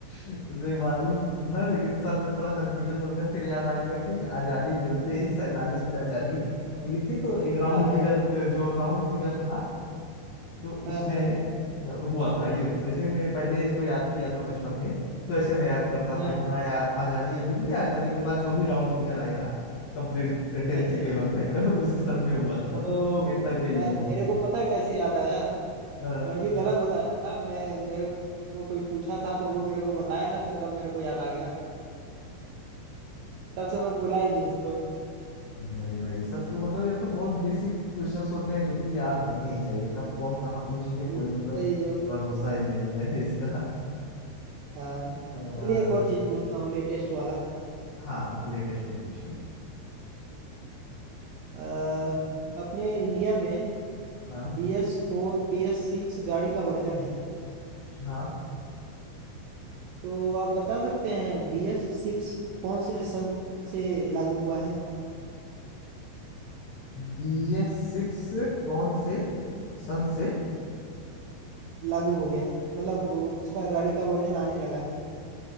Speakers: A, on the left (about 60°); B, on the right (about 80°).
A: नहीं मालूम था लेकिन सन में थोड़ा कंफ्यूजन हो गया फिर याद आ गया कि आजादी मिलते ही सैतालीस में आजादी मिली थी तो एक
B: हाँ
A: राउंड फिगर जो राउंड फिगर था तो
B: हाँ
A: उसमें
B: हाँ
A: अ, हुआ था ये जैसे मैं पहले इसको याद किया था बचपन में तो ऐसे मैं याद करता
B: हाँ
A: था कि हाँ यार आजादी ये मिली थी आजादी के बाद जो भी राउंड फिगर आएगा कंप्लीट टेन
B: अच्छा
A: की टेबल
B: अच्छा
A: में <laughs> उसी सन में हुआ था तो
B: तो
A: वो हमेशा के
B: मैं
A: लिए माइंड
B: मेरे को पता है कैसे याद आया
A: हाँ।
B: मैं भी गलत बताया था मैं मेरे को कोई पूछा था तो वो मेरे को बताया ना तो तब मेरे को याद आ गया तब से मैं भूला ही नहीं इसको
A: नहीं भाई सब तो मतलब ये तो बहुत बेसिक क्वेश्चंस होते हैं जो कि याद होने ही चाहिए कब कौन कहाँ पूछ ले कोई
B: हम्म,
A: मतलब
B: सही जो
A: भरोसा ही नहीं है <laughs> इसका
B: हाँ
A: अह,
B: चलिए एक और चीज पूछता हूँ लेटेस्ट वाला
A: हाँ कुछ लेटेस्ट में पूछिए
B: अ, अपने इंडिया में
A: हाँ
B: B S four B S six गाड़ी का वर्जन है
A: हाँ
B: तो आप बता सकते हैं बी एस सिक्स कौन से सन से लागू हुआ है
A: बी एस सिक्स कौन से सन से
B: लागू हो गया है मतलब वो- उसका गाड़ी का वर्जन आने लगा है